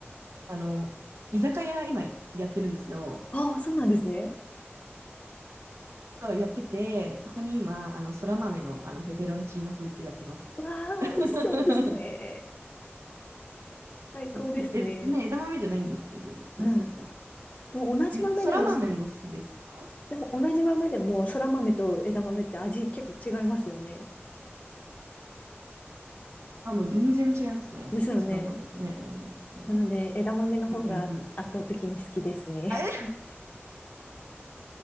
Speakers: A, on the right; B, on the left.
A: あの、居酒屋今やってるんですよ。
B: ああ、そうなんですね。
A: そう、やってて、そこに今、あの、そら豆の、あの、ペペロンチーノ風ってやってます。
B: わあ、
A: <laughs>
B: 美味しそうですね。最高ですね。
A: そうちょっとえ、ね、枝豆じゃないんですけど、そうそうそう。
B: うん。でも同じ豆でも、
A: え、そら豆も好きですか
B: でも同じ豆でも、そら豆と枝豆って味結構違いますよね。
A: あ、もう全然違いますね。
B: ですよね。
A: そら豆とね、枝豆は。
B: なので、枝豆の方が圧倒的に好きですね。
A: うんうんうん。あ、え、